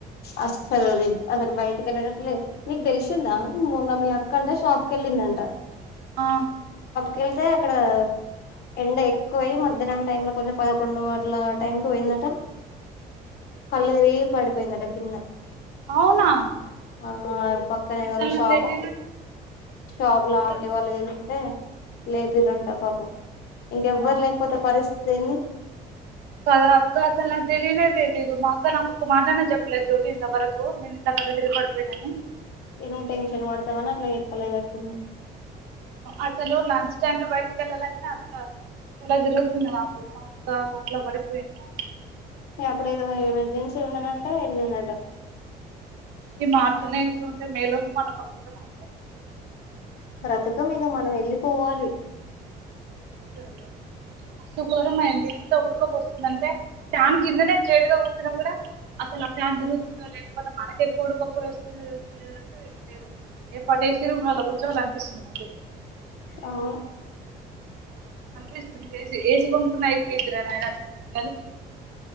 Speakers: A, on the left (about 70°); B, on the right (about 90°).
A: అస్సలు అందరం బయటకెళ్ళటం లే నీకు తెలిసిందా మోన్న మీ అక్కంట షాప్ కెళ్ళిందంట
B: ఆ
A: కెళ్తే అక్కడ ఎండ ఎక్కువ అయ్యి మధ్యాహ్నం టైమ్ లో కొన్ని పదకొండు అట్ల టైంకి వెళ్ళటం కళ్లు తిరిగి పడిపోయిందట కింద
B: అవునా
A: ఆ పక్కనేవరో
B: అసలు నాకు
A: షాపు
B: తెలీదు
A: షాపులో
B: అసలు
A: ఆంటీ వాళ్ళు అంటే లేపిరంటా పాపం ఇంకెవ్వరు
B: వామ్మో
A: లేకపోతే పరిస్థితి ఏంది
B: కదా అక్క అసలు నాకు తెలియనే తెలియదు మా అక్క నాకు ఒక్క మాటన్నా చెప్పలేదు చూడు ఇంతవరకు నేను ఇట్ల కళ్ళుతిరిగి పడిపోయినా అని
A: ఇగ టెన్షన్ పడుతావని అట్ల చెప్పలేనట్టుంది
B: అసలు లంచ్ టైమ్ లో బయటికి వెళ్ళాలంటనే అంత తల తిరుగుతుంది నాకు మా అక్క అట్లా పడిపోయిందా
A: ఇగ అప్పుడు ఎమర్జెన్సీ ఉండనంటే వెళ్ళిందట
B: ఈ మార్చుల్నే ఇట్లు ఉంటే మేలోకి మనం ఎట్లుంటామో ఏమో
A: బ్రతకలేము మనం వెళ్ళిపోవాలి
B: చలో ఫస్ట్ ఫ్లోర్ నే ఎంత ఊడకపోస్తుందంటే ఫ్యాన్ కిందనే స్ట్రేట్ గా కూర్చన్నా కూడా అసలు ఆ ఫ్యాన్ తిరుగుతుందో లేకపోతే మనకే ఉడుకపొస్తుందో అసలు తెలుస్త లేదు రేపటి ఏసీ రూమ్ లలో కూర్చోవాలనిపిస్తుంది నాకు అయితే
A: అవును
B: అనిపిస్తుంది ఏసి కొనుకున్నా అయిపోవురా నాయన అని